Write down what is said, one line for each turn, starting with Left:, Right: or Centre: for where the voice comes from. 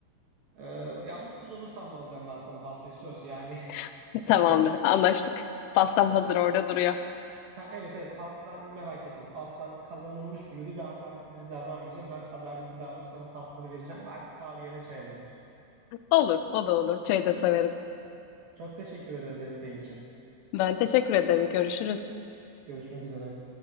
Right: E, ya mutsuz olursam da alacağım ben sana pastayı söz. Yani
Left: <laughs>
Right: <laughs>
Left: Tamamdır, anlaştık. Pastam
Right: e,
Left: hazır
Right: sen
Left: orada duruyor.
Right: ha, evet evet pastadan merak etme. Pastan kazanılmış bir ödül. Ben adaletsizlik davranmayacağım. Ben adaletli davranıp sana pastanı vereceğim. Belki kahve yerine çaya döner.
Left: Olur, o da olur. Çayı da severim.
Right: Çok teşekkür ederim desteğin için.
Left: Ben teşekkür ederim. Görüşürüz.
Right: Görüşmek üzere.